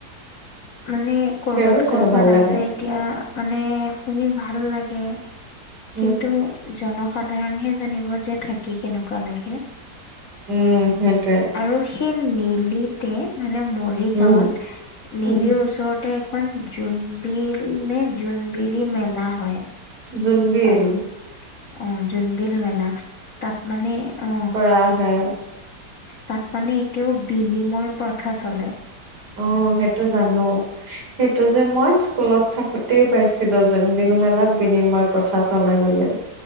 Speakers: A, on the left (about 55°); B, on the right (about 70°).
A: মানে কৰ'বাত
B: তেওঁৰো চাগে
A: কৰ'বাত
B: ভাল
A: আছে।
B: লাগে
A: এতিয়া মানে শুনি ভাল লাগে।
B: উম
A: কিন্তু জন সাধাৰণহে জানিব যে থাকি কেনেকুৱা লাগে।
B: উম, সেইটোৱে।
A: আৰু সেই নেলিতে মানে মৰিগাঁৱত
B: উম
A: নেলিৰ
B: উম
A: ওচৰতে খন জোন বিল নে জোনবিৰি মেলা হয়,
B: জোনবিল
A: অহ। অ জোনবিল মেলা তাত মানে অ
B: কা হে
A: তাত মানে এতিয়াও বিনিময় প্ৰথা চলে।
B: অঁ সেইটো জানো সেইটো যে মই স্কুলত থাকোতেই পাইছিলো জোনবিল মেলাত বিনিময় প্ৰ থা চলে বুলি,